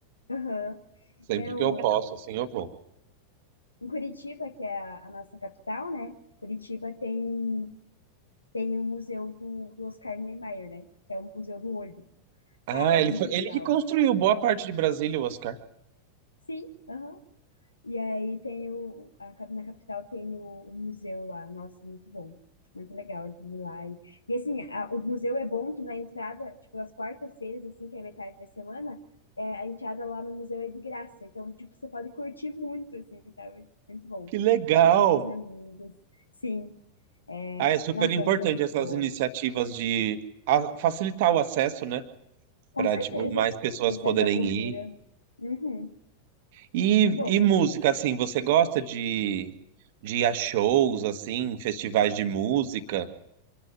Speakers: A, on the left (about 80°); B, on the right (about 50°).
A: Aham.
B: Sempre
A: É
B: que
A: o...
B: eu posso, assim, eu vou.
A: Em Curitiba, que é a, a nossa capital, né? Curitiba tem, tem o museu do, do Oscar Niemeyer, né? Que é o Museu do Olho.
B: Ah,
A: Cara, é muito
B: ele foi,
A: legal.
B: ele que construiu boa parte de Brasília, o Oscar.
A: Sim, aham. E aí tem o, a cap- na capital tem o, o museu lá. Nossa, muito bom. Muito legal de ir lá. E, e assim, a- o museu é bom que na entrada, tipo, às quartas-feiras, assim, que é metade da semana, é, a entrada lá no museu é de graça. Então, tipo, você pode curtir muito, assim, sabe? Muito bom.
B: Que legal!
A: Curtir com os amigos. Sim, é,
B: Ah, é super
A: nossa,
B: importante
A: é uma coisa muito
B: essas
A: boa.
B: iniciativas de a- facilitar o acesso, né?
A: Com
B: Para,
A: certeza.
B: tipo, mais pessoas
A: Acesso
B: poderem
A: à cultura.
B: ir.
A: Uhum,
B: E,
A: muito bom.
B: e música, assim, você gosta de, de ir a shows, assim, festivais de música?